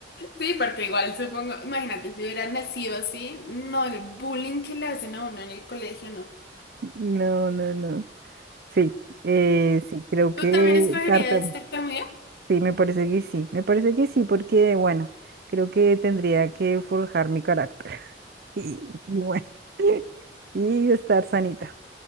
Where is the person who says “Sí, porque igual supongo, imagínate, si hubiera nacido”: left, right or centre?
Left